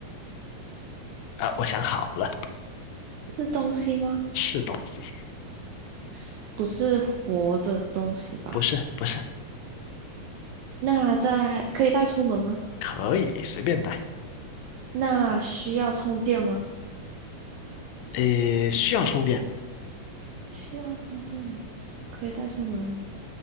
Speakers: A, on the left; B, on the right.
A: 啊，我想好了，
B: 是东西吗？
A: 是东西，
B: 是不是活的东西吧？
A: 不是不是，
B: 那在可以带出门吗？
A: 可以随便带。
B: 那需要充电吗？
A: 诶，需要充电，
B: 需要充电，可以带出门。